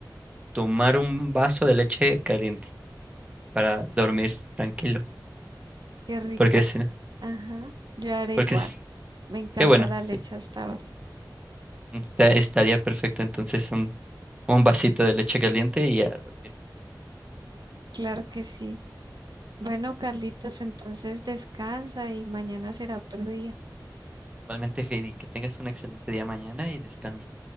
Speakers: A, on the right (about 15°); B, on the right (about 65°).
A: tomar un vaso de leche caliente. para dormir tranquilo.
B: Qué rico.
A: Porque si no,
B: Ajá, yo haré
A: porque
B: igual.
A: es,
B: Me encanta
A: qué bueno,
B: la
A: sí.
B: leche hasta ahora.
A: Está- estaría perfecto entonces un, un vasito de leche caliente y a dormir.
B: Claro que sí. Bueno, Carlitos, entonces descansa y mañana será otro día.
A: Igualmente, Heidi, que tengas un excelente día mañana y descansa.